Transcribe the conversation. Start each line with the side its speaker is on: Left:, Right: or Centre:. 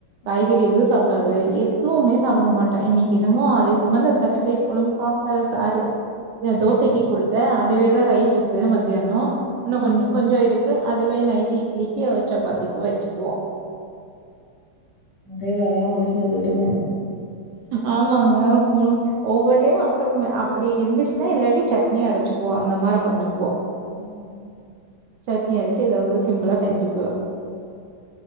Right: காய்கறி
Left: ம்
Right: எதூ சாப்டாது எதுவ்மே சாப்புட மா ட்டா இன்னைக்கு என்னமோ அதிசயமாதா தட்ட பயிர் கொழம்பு சாப்ட்டாக சாரு நா
Left: ம்
Right: தோசைக்கு
Left: ம்
Right: குடுத் த அதுவேதா ரைஸுக்கு மத்யானோ இன்னு
Left: ம்
Right: கொஞ்சு கொஞ்சோ இருக்கு அதுவே நைட்டு இட்லிக்கு வச் சப்பாத்திக்கு வச்சுக்குவோ
Left: ஒரே வேலையா முடிஞ்சது விடுங்க
Right: ஆமாங்க ம் ஒவ்வொர் டைம் அப்றமு அப்புடி இருந்துச்னா இல்லாட்டி சட்னி அரைச்சிக்குவோ அந்த மார பண்ணிக்குவோ
Left: ம்
Right: சட்னி அரச்சு எதாவது சிம்புளா செஞ்சுக்குவ